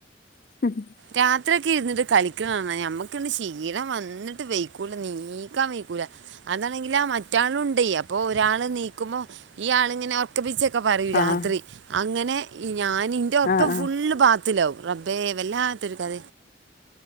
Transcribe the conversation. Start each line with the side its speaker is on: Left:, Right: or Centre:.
Left: <unintelligible>
Right: രാത്രിയൊക്കെ ഇരുന്നിട്ട് കളിക്ക്ണാണ്ണം ഞമ്മക്കിന്ന് ക്ഷീണം വന്നിട്ട് വെയ്ക്കൂല നീക്കാൻ വെക്കൂലാ അതാണെങ്കിലോ മറ്റാളുംണ്ടേ അപ്പൊ ഒരാള് നീക്കുമ്പോ ഈ ആളിങ്ങനെ ഒറക്കപ്പിച്ചൊക്കെ പറയും
Left: ആഹ്
Right: രാത്രി അങ്ങനെ ഞാനിൻ്റെ ഒറക്കം
Left: ആഹ് ആഹ്
Right: ഫുള് ബാത്‌റൂമിൽ ത്തിലാവും റബ്ബേ വല്ലാത്തൊരു കഥ